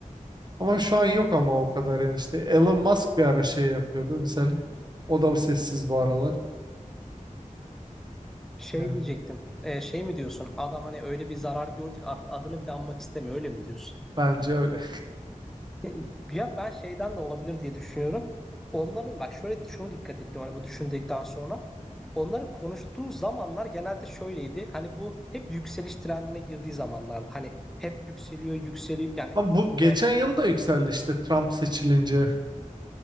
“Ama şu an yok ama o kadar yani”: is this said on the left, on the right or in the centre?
Right